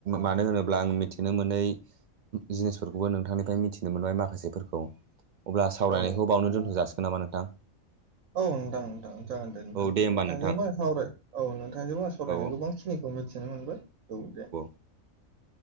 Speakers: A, on the right; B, on the right.
A: मानो होनो ब्ला आं मिथिनो मोनै जिनिसफोरखौबो नोंथांनिफ्राय मिथिनो मोनबाय माखासेफोरखौ अब्ला
B: औ
A: सावरायनायखौ बावनो दोनथ' जासिगोन नामा नोंथां।
B: औ नोंथां नोंथां जागोन दे नोंथां
A: औ
B: नोंथांजोबो
A: होमबा नोंथां
B: आ सावराय औ नोंथांजोंबो आं सावरायनानै
A: औ औ
B: गोबां खिनिखौ मिथिनो मोनबाय औ दे
A: <unintelligible>